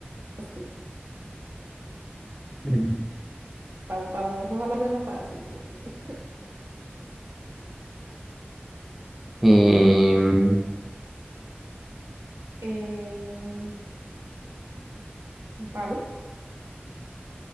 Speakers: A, on the right; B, in the centre.
A: Pues tú,
B: no. Mm.
A: va- vamos, ojalá sea una fácil. porque,
B: Em,
A: Eh, un palo.